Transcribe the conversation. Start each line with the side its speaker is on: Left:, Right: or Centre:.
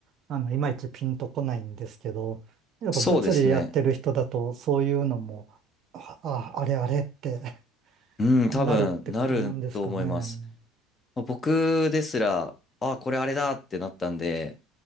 Right: あの、いまいちピンとこないんですけど、やっぱ物理やってる人だと、
Left: そうですね。
Right: そういうのも、あ、ああれあれって <laughs>
Left: うん、多分、
Right: なるってことなんですかね。
Left: なると思います。まあ僕ですら、あ、これあれだってなったんで、